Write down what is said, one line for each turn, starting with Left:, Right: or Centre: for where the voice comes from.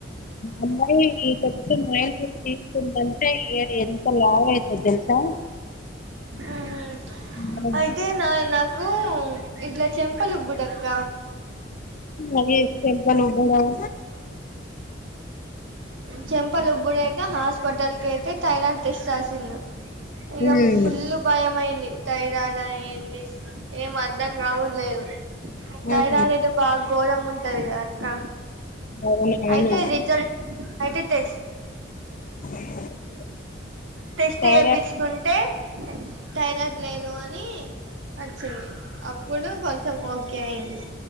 Left: అమ్మాయి ఈ కొంచెం వైన్ చుక్క తీసుకుందంటే ఇయర్ ఎంత లావు అయిందో తెలుసా
Right: ఉహు
Left: ఆ
Right: అయితే నాయి నాకు ఇట్లా చెం పలుబ్బుడు అక్క
Left: అవే చెంప్పలూబడ్డం
Right: చెంపలుబ్బుడు అయితే హాస్పిటల్కైతే థైరాయిడ్ టెస్ట్ రాసిల్లూ ఇగ
Left: ఉమ్
Right: ఫుల్ భయం అయింది ఇ థైరాయిడా ఏంది ఏం అర్ధం కావుడులేదు థైరాయిడ్
Left: ఉమ్
Right: అయితే బాగు ఘోరం ఉంటుంది కదా అక్క
Left: అవును అవును
Right: అయితే రిజల్ట్ అయితే టెస్ట్
Left: <inaudible>
Right: టెస్ట్
Left: థైరాయిడ్
Right: చెప్పించుకుంటే థైరాయిడ్ లేదు అని నీ వచ్చంది అప్పుడు కొంచెం ఓ ఓకే అయింది